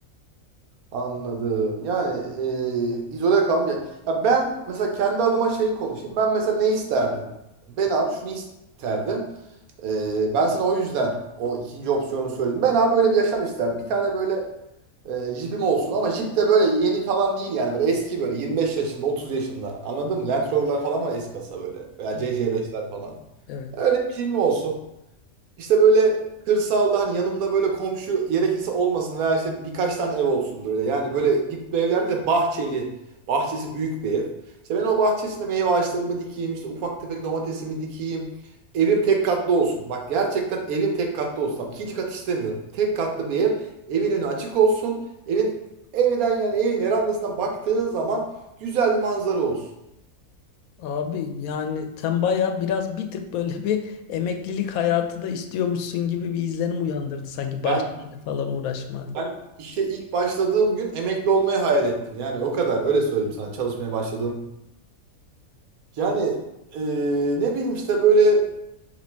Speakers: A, on the right; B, on the left.
A: Anladım. Yani e, izole kalmıyor. Ya ben mesela kendi adıma şey konuşayım. Ben mesela ne isterdim? Ben abi şunu isterdim. E, ben sana o yüzden o ikinci opsiyonu söyledim. Ben abi böyle bir yaşam isterdim. Bir tane böyle e, jipim olsun ama jip de böyle yeni falan değil yani. Böyle eski böyle 25 yaşında 30 yaşında anladın mı? Land Rover'lar falan var eski kasa böyle. Veya
B: Evet.
A: CC5'ler falan.
B: Evet.
A: Öyle bir jipim olsun. İşte böyle kırsalda hani yanımda böyle komşu gerekirse olmasın veya işte birkaç tane ev olsun böyle. Yani böyle dip bir evlerde de bahçeli. Bahçesi büyük bir ev. İşte ben o bahçesinde meyve ağaçlarımı dikeyim, işte ufak tefek domatesimi dikeyim. Evim tek katlı olsun. Bak gerçekten evim tek katlı olsun. Tamam, İkinci kat istemiyorum. Tek katlı bir ev. Evin önü açık olsun. Evin evden yani evin verandasından baktığın zaman güzel bir manzara olsun.
B: Abi yani sen baya biraz bir tık böyle bir emeklilik hayatı da istiyormuşsun gibi bir izlenim uyandırdı sanki bahçeyle
A: Ben
B: falan uğraşma.
A: Ben işe ilk başladığım gün emekli olmayı hayal ettim. Yani o kadar öyle söyleyeyim sana çalışmaya başladığım. Yani eee, ne bileyim işte böyle